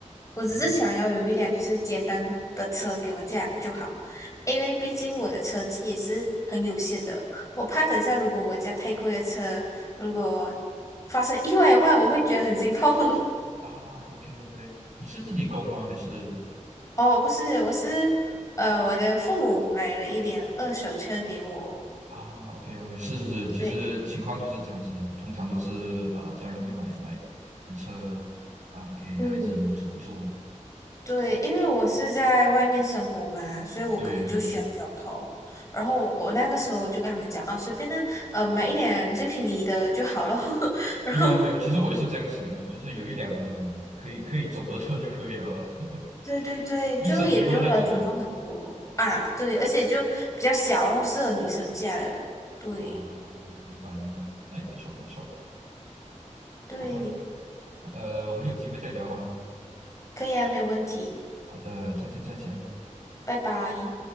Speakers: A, on the left; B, on the right.
A: 我只是想要有一辆就是简单的车给我驾就好，
B: 嗯哼，
A: 因为毕竟我的车技也是很有限的，我怕等下如果我驾太贵的车，如果发生意外的话，我会觉得很心痛。<laughs>
B: 啊，OK OK，你是自己供吗？还是
A: 哦，不是，我是呃，我的父母买了一辆二手车给我。
B: 啊，OK OK，是是是，其实情况就是这样子的，
A: 对，
B: 通常都是啊，家人会买买买车啊，给孩子们坐坐。
A: 嗯，对，因为我是在外面生活嘛，所以我可能就需要交通。
B: 对对
A: 然后我那个时候我就跟他们讲，啊，随便呢，呃，买一辆最便宜的就好了。<laughs> 然后，
B: 对啊对啊，其实我也是这样想的，就是有一辆呃可以可以走的车就可以了，
A: 对对对，
B: <laughs> 又省油的那种啊。
A: 就也不用要求到很多啊。对，而且就比较小，然后适合女生驾的。对
B: 啊，明白明白，那也不错不错，
A: 对，
B: 好吧，呃，我们有机会再聊好吗？
A: 可以啊，没有问题。
B: 好的，再见再见。
A: 拜拜。